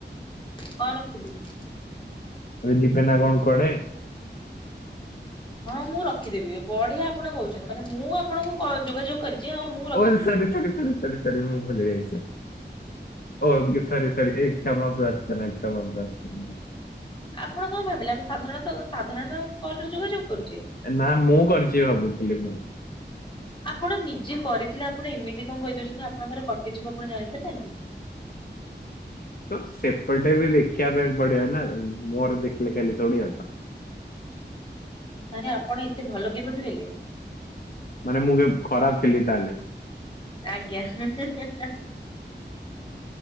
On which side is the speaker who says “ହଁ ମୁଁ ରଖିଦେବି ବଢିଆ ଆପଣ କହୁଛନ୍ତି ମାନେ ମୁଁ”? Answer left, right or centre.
Left